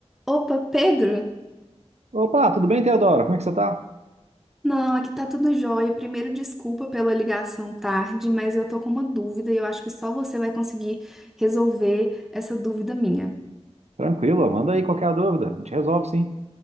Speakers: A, in the centre; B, on the right.
A: Opa, Pedro?
B: Opa, tudo bem, Teodoro? Como é que você tá?
A: Não, aqui tá tudo jóia. Primeiro, desculpa pela ligação tarde, mas eu tô com uma dúvida e eu acho que só você vai conseguir resolver essa dúvida minha.
B: Tranquilo, manda aí qualquer dúvida, a gente resolve sim.